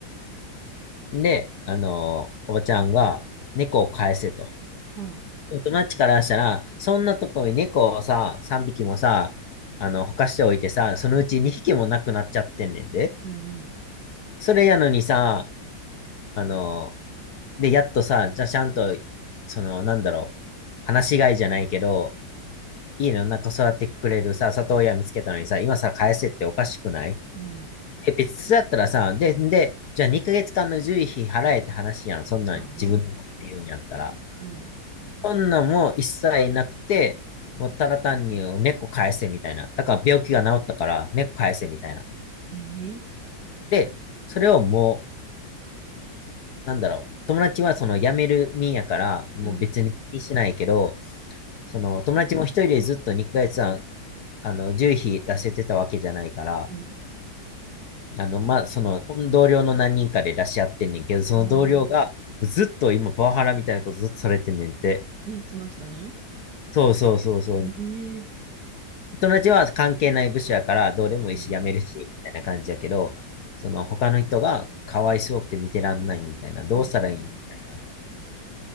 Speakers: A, on the left (about 60°); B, on the right (about 55°).
A: で、あの、おばちゃんが猫を返せと。
B: はあ、
A: 友達からしたら、そんなとこに猫をさ、3匹もさ、あの、ほかしておいてさ、そのうち2匹もなくなっちゃってんねんで。
B: うん、うん、
A: それやのにさ、あの、で、やっとさ、じゃあちゃんと、その、なんだろう、放し飼いじゃないけど、家の中育ってくれるさ、里親見つけたのにさ、今さ、返せっておかしくない
B: うん、
A: え、別だったらさ、で、で、じゃあ2ヶ月間の獣医費払えって話やん、そんなん自分で持って言うんやったら。
B: そうやな。うん、
A: そんなんも一切なくて、もうただ単に猫返せみたいな。だから病気が治ったから猫返せみたいな。
B: ええ
A: で、それをもう、なんだろう。友達はその辞める身やから、もう別に気にしないけど、
B: うん
A: その友達も一人でずっと2ヶ月んあの、10費出せてたわけじゃないから、
B: うん。
A: あの、まあ、その同僚の何人かで出し合ってんねんけど、その同僚がずっと今パワハラみたいなことずっとされてんねんって。
B: ああ。え、その人に
A: そうそうそうそう。
B: ええ
A: 友達は関係ない部署やからどうでもいいし辞めるし、
B: うん。
A: みたいな感じやけど、その他の人がかわいそうくて見てらんないみたいな、
B: はんはん。
A: どうしたらいいみたいな。